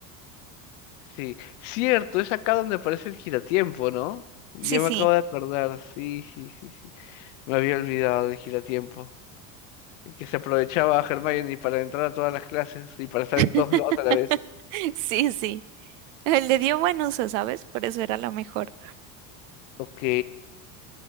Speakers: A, on the left; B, on the right.
A: Sí, cierto, es acá donde aparece el giratiempo, ¿no? Ya
B: Sí, sí.
A: me acabo de acordar, sí, sí, sí, sí. Me había olvidado del giratiempo. El que se aprovechaba a Hermione para entrar a todas las clases y para estar
B: <laughs>
A: en todos lados a la vez.
B: <laughs> Sí, sí. Eh, Le dio buen uso, ¿sabes? Por eso era lo mejor.
A: Ok,